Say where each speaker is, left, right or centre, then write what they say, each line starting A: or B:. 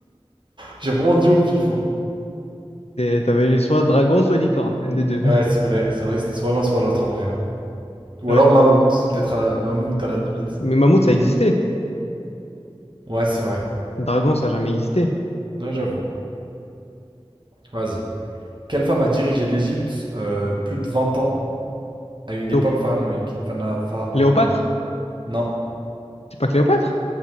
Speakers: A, on the right; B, on the left.
A: J'ai vraiment dit au pif. hein.
B: Et T'avais soit dragon, soit licorne, un des deux. <laughs>
A: Ouais, c'est vrai. C'est vrai que c'était soit l'un, soit l'autre en vrai. hein. Ou
B: Ouais.
A: alors mammouth. Peut-être à la, mammouth à la limite.
B: Mais mammouth, ça existait.
A: Ouais, c'est vrai.
B: Le dragon, ça a jamais existé.
A: Ouais, j'avoue. Vas-y. Quelle femme a dirigé l'Égypte euh, plus de 20 ans à une
B: Cléo-
A: époque pharaonique? Phana- pharaonique.
B: Cléopâtre?
A: Non,
B: C'est pas Cléopâtre?